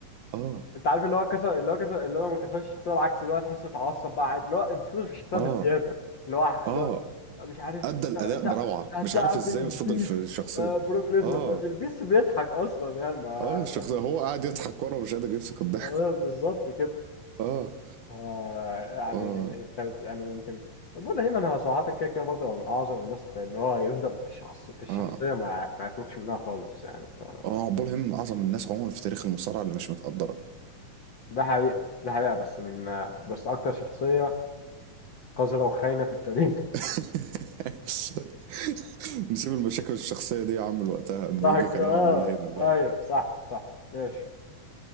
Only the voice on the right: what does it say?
اه
اه
اه
ادى
الاداء
بروعة
مش عارف ازاي
فضل في الشخصية
اه
اه الشخصية هو قاعد يضحك ورا ومش قادر يمسك الضحك
اه
اه
اه
اه عبول هيم من اعظم الناس عموما في تاريخ المصارعة اللي مش متقدرة
<laughs> نسيب المشاكل الشخصية دي يا عم لوقتها اما
يجي كلام
عن بول هيمر